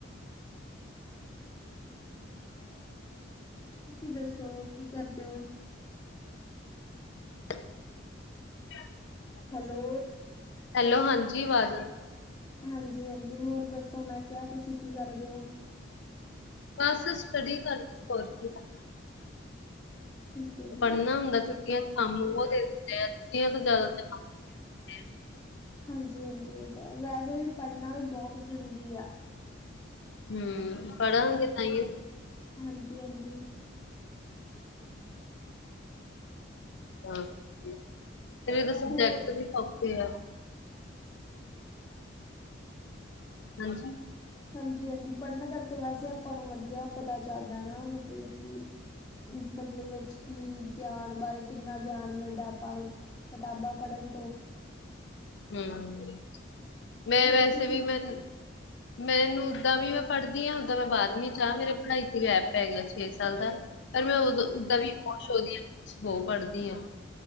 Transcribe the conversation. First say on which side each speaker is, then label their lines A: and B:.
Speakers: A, on the left (about 20°); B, on the left (about 65°).
A: <unintelligible> ਤੁਸੀਂ ਦੱਸੋ ਕੀ ਕਰਦੇ?
B: <inaudible>
A: ਹੈਲੋ
B: ਹੈਲੋ ਹਾਂਜੀ ਆਵਾਜ਼ ਆਉਂਦੀ
A: ਹਾਂਜੀ ਹਾਂਜੀ ਹੋਰ ਦੱਸੋ ਮੈਂ ਕਿਹਾ ਤੁਸੀਂ ਕੀ ਕਰਦੇ ਓ
B: ਬਸ ਸਟੱਡੀ ਕਰਕੇ ਹੋਰ ਕੀ ਕਰ
A: ਠੀਕ ਹੈ ਜੀ
B: ਪੜ੍ਹਨਾ ਹੁੰਦਾ ਸੀ। ਛੁੱਟੀਆਂ ਚ ਕੰਮ ਬਹੁਤ ਦੇ ਦਿੰਦੇ ਛੁੱਟੀਆਂ ਤੋਂ ਜਿਆਦਾ ਤਾਂ ਕੰਮ ਦੇ ਦਿੰਦੇ ਆ
A: ਹਾਂਜੀ ਹਾਂਜੀ ਇਹ ਤਾਂ ਵੈਸੇ ਵੀ ਪੜ੍ਹਨਾ ਵੀ ਬਹੁਤ ਜ਼ਰੂਰੀ ਆ
B: ਹੂੰ ਪੜਾਂਗੇ ਤਾਂਹੀਓ
A: ਹਾਂਜੀ ਹਾਂਜੀ
B: ਹਾਂ <unintelligible> ਸਬਜੈਕਟ
A: ਹੋਰ
B: ਵੀ ਸੋ ਤੇ ਆ ਹਾਂਜੀ
A: ਹਾਂਜੀ ਹਾਂਜੀ ਪੜ੍ਹਨ ਕਰਕੇ ਵੈਸੇ ਆਪਾਂ ਨੂੰ ਵਧੀਆ ਪਤਾ ਚੱਲਦਾ ਨਾ ਮਤਲਬ ਕਿ ਮਤਲਬ ਵਿੱਚ ਕੀ ਗਿਆਨ ਬਾਰੇ ਕਿੰਨਾ ਗਿਆਨ ਮਿਲਦਾ ਆਪਾਂ ਨੂੰ ਕਿਤਾਬਾਂ ਪੜ੍ਹਨ ਤੋਂ
B: ਹੂੰ ਮੈਂ
A: ਹੋਰ
B: ਵੈਸੇ
A: ਤੁਸੀਂ
B: ਵੀ ਮੈਂ ਮੈਨੂੰ ਓਦਾਂ ਵੀ ਮੈਂ ਪੜ੍ਹਦੀ ਹਾਂ ਓਦਾਂ ਮੈਂ ਬਾਰਵੀਂ ਚ ਆ ਮੇਰੇ ਪੜ੍ਹਾਈ ਚ ਗੈਪ ਪੈ ਗਿਆ ਛੇ ਸਾਲ ਦਾ ਪਰ ਮੈਂ ਉਦੋਂ ਓਦਾਂ ਵੀ <unintelligible> ਬਹੁਤ ਪੜ੍ਹਦੀ ਹਾਂ।